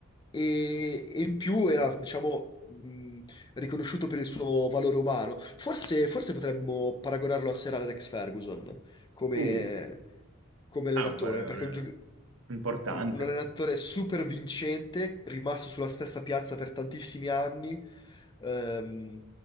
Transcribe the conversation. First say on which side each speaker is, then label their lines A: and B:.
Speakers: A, on the left; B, on the right.
A: e, e in più era, diciamo, mh, riconosciuto per il suo valore umano. Forse, forse potremmo paragonarlo a Sir Alex Ferguson come,
B: Uh,
A: come allenatore,
B: è un paragone
A: perché è un, gioc-
B: importante.
A: un, un allenatore super vincente, rimasto sulla stessa piazza per tantissimi anni, ehm,